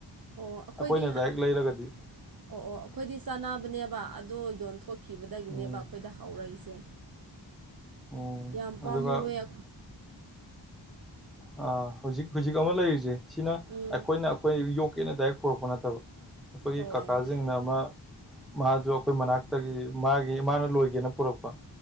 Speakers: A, on the right; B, in the centre.
A: ꯑꯣ ꯑꯩꯈꯣꯏꯗꯤ
B: ꯑꯩꯈꯣꯏꯅ ꯗꯥꯏꯔꯦꯛ
A: ꯑꯣ
B: ꯂꯩꯔꯒꯗꯤ
A: ꯑꯣ ꯑꯩꯈꯣꯏꯗꯤ ꯆꯥꯅꯕꯅꯦꯕ ꯑꯗꯣ ꯌꯣꯟꯊꯣꯛꯀ ꯈꯤꯕꯗꯒꯤꯅꯦꯕ
B: ꯎꯝ
A: ꯑꯩꯈꯣꯏꯗ ꯍꯧꯔꯛꯏꯁꯦ
B: ꯎꯝ
A: ꯌꯥꯝ ꯄꯥꯝꯃꯨꯢꯌꯦ
B: ꯑꯗꯨꯒ ꯑ ꯍꯧꯖꯤꯛ ꯍꯧꯖꯤꯛ ꯑꯃ ꯂꯩꯔꯤꯁꯦ ꯁꯤꯅ
A: ꯎꯝ
B: ꯑꯩꯈꯣꯏꯅ ꯑꯩꯈꯣꯏ ꯌꯣꯛꯀꯦꯅ ꯗꯥꯏꯔꯦꯛ ꯄꯣꯔꯛꯄ ꯅꯠꯇꯕ ꯑꯩꯈꯣꯏꯒꯤ
A: ꯑꯣ
B: ꯀꯀꯥꯁꯤꯡꯅ ꯑꯃ ꯃꯥꯁꯨ ꯑꯩꯈꯣꯏ ꯃꯅꯥꯛꯇꯒꯤ ꯃꯥꯒꯤ ꯃꯥꯅ ꯂꯣꯏꯒꯦꯅ ꯄꯨꯔꯛꯄ